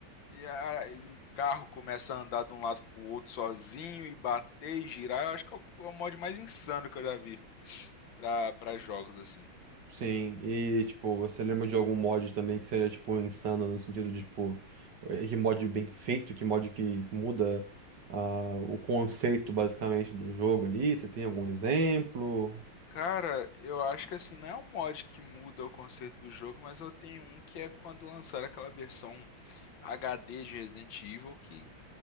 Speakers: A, on the left (about 70°); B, on the right (about 60°).
A: e, a, o carro começa a andar de um lado pro outro sozinho e bater e girar. Eu acho que é o, é o mod mais insano que eu já vi pra, pra jogos assim.
B: Sim, e tipo, você lembra de algum mod também que seja, tipo, insano no sentido de, tipo, eh, que mod bem feito, que mod que muda ah, o conceito basicamente do jogo ali? Você tem algum exemplo?
A: Cara, eu acho que assim, não é um mod que muda o conceito do jogo, mas eu tenho um que é quando lançaram aquela versão HD de Resident Evil que